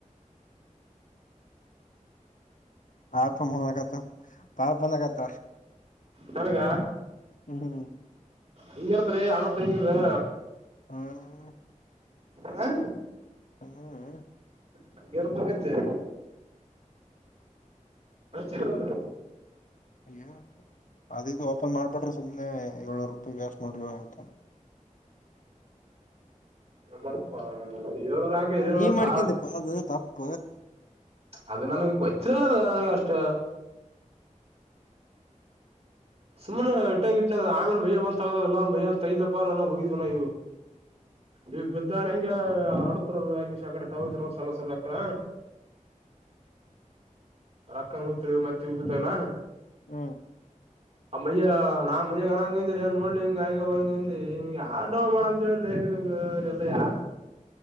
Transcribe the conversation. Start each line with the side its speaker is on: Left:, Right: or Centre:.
Left: ಪಪಮ್ಮ ಹಲತ ಪಾಪ ಹಣಗತ
Right: ಹಳಗ
Left: ಹ್ಮ ಹ್ಮ
Right: ಹಂಗ ಇತರ ಆಣಾ ತೆಂಗಿದಿದೆ
Left: ಹ್ಮ
Right: ಹಾ
Left: ಹಾ
Right: ನನ್ಗೆರ್ ತಂಬೈತೆ ಚಂದ್ರ
Left: ಇಲ್ಲ ಅದು ಇದು ಓಪನ್ ಮಾಡ್ಬಟ್ರಿ ಸುಮ್ಮ್ನೆ ಏಳರು ರೂಪಾಯಿ ಅಷ್ಟು ನೋಡ್ರಿ ಅಂತ
Right: ಮಾಡಪಾ ನಾನು ಏಳ್ನೂರ ಹಾಕ
Left: ಹ ನೀವ ಮಾಡ್ಕನ್ಪ್ಪ
Right: ಸಾರ್
Left: ಅದು ತಪ್ಪ
Right: ಅದು ನನಗೆ ಗೊತ್ತಿರಲ್ಲದ ನನಗ ಅಷ್ಟ ಸುಮ್ಮನೆ ಇಟ್ಟಂಗ ಇಟ್ಟ ಆಮೇಲೆ ಮೈ್ಯ ಬಂದ್ ತಗದಲ್ಲ ಮೈ ತೈದ್ದಪ್ಪಾರಗಿದ್ ಮೆ ಈ ಬಿದ್ದ ನ ಹೆಂಂಗ ಆಡ್ತಾರ ಯಾಕ ಶಕಡೆ ತಗೋದ್ರ ಸಲಸರ ಅಕಡ
Left: <inaudible>
Right: ರೊಕ್ಕನ್ ಬಿತ್ ಮತ್ತೆತವನ
Left: ಹ್ಮ
Right: ಅ ಬಯಾ ನಾ ಮಯ ಕಣಂಗಗೆಂದಿಲ್ಲ ನೋಡಿಲಿಗಾಯವಾಗಿಗೆ ಆಡೌನ್ ಮಾಡವರ್ಗೆ ಎಲ್ಲ ಯಾ